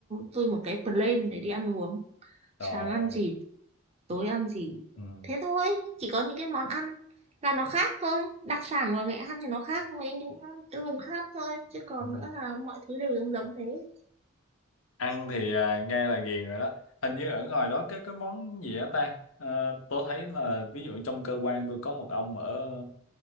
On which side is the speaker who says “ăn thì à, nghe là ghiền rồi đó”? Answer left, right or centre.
Left